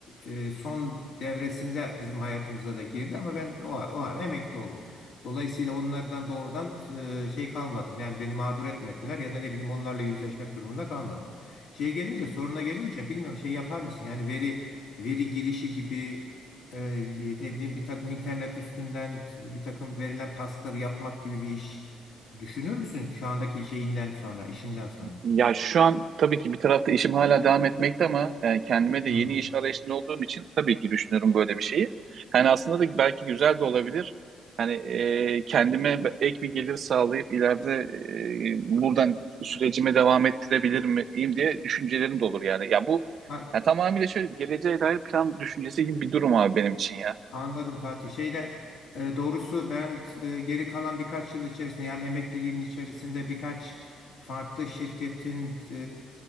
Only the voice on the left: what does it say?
e, son devresinde bizim hayatımıza da girdi ama ben o, a- o ara emekli oldum. Dolayısıyla onlardan doğrudan e, şey kalmadım. Yani beni mağdur etmediler ya da ne bileyim onlarla yüzleşmek durumunda kalmadım. Şeye gelince soruna gelince bilmiyorum şey yapar mısın? Yani veri veri girişi gibi e, ne bileyim bir takım internet üstünden t- bir takım verilen taskları yapmak gibi bir iş düşünür müsün şu andaki şeyinden sonra işinden sonra?
Hı.
Ha,
Anladım Fatih. Şeyde e, doğrusu ben e, geri kalan birkaç yıl içerisinde yani emekliliğimin içerisinde birkaç farklı şirketin e,